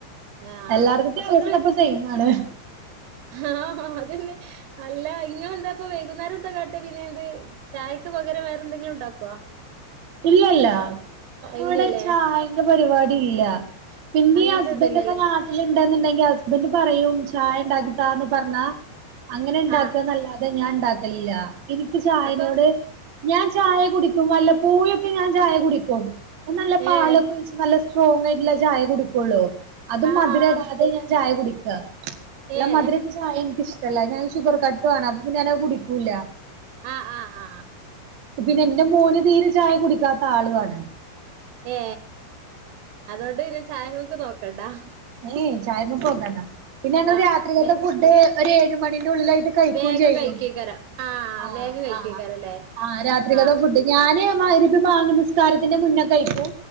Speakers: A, on the right; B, on the right.
A: ആഹ്
B: എല്ലാടിത്തെ
A: അപ്പൊ
B: അവസ്ഥ
A: ഇങ്ങള്
B: ഇപ്പൊ സെയിമാണ്
A: ആഹ് അത് തന്നെ അല്ല നിങ്ങള് എന്താ - ഇപ്പൊ വൈകുന്നേരം എന്താ കാട്ടെ പിന്നെ എന്ത് ചായക്ക് പകരം വേറെ എന്തെങ്കിലും ഉണ്ടാക്കുവോ
B: ഇല്ലയില്ല ഇവിടെ
A: ഇല്ലല്ലേ
B: ചായ- അങ്ങനത്തെ പരിപാടിയില്ല പിന്നെ
A: അങ്ങനത്തെ
B: ഹസ്ബൻഡൊക്കെ-
A: ഇതില്ലല്ലേ
B: ണ്ടണ്ടെങ്കിൽ ഹസ്ബൻഡ് പറയും ചായ ഉണ്ടാക്കി താന്ന് പറഞ്ഞാ അങ്ങനെ ഉണ്ടാക്കാന്നല്ലാതെ
A: ആഹ്
B: അ ഞാൻ ഉണ്ടാക്കലില്ല എനിക്ക് ചായനോട്
A: അപ്പൊ
B: ഞാൻ ചായ കുടിക്കുംമ്പല്ല പോയക്കെ ഞാൻ ചായ കുടിക്കും നല്ല പാലൊക്കെ
A: ഏഹ്
B: നല്ല സ്ട്രോഞ്ഞായിട്ടുള്ള ചായ കുടിക്കുള്ളൂ അതും
A: ആഹ്
B: മധുരടാതെ
A: ആഹ്
B: ഞാൻ ചായ കുടിക്കാ നല്ല
A: ഏഹ്
B: മധുരട്ട ചായ എനിക്ക് ഇഷ്ടല്ല ഞാൻ ഷുഗർ കട്ടാണ് അപ്പൊ പിന്ന ഞാന് കുടിക്കൂല്ല
A: ആഹ് ആ ആഹ്
B: പിന്നെ ന്റെ മോന് തീരെ ചായ കുടിക്കാത്ത ആളുആണ്
A: ഏ അതോണ്ട് പിന്നെ ചായമ്മക്ക് നോക്കണ്ടാ
B: ഏ ചായമ്മക്കോക്കണ്ട പിന്നെ ഞങ്ങള്
A: ആ
B: രാത്രികത്തെ
A: വേ
B: ഫുഡ് ഒരു ഏഴ് മണിന്റെ ഉള്ളിലായിട്ട് കഴിക്കുകയും
A: വേഗം
B: ചെയ്യും
A: കഴിക്കേക്കാരം ആ
B: ആഹ്
A: വേഗം കഴിക്കേക്കാരല്ലേ
B: ആഹ് ആഹ് രാത്രികത്തെ
A: ആ
B: ഫുഡ് ഞാന് മഗ്രി രബ് ബാങ്ക് നിസ്കാരത്തിന്റെ മുന്നെകയിക്കും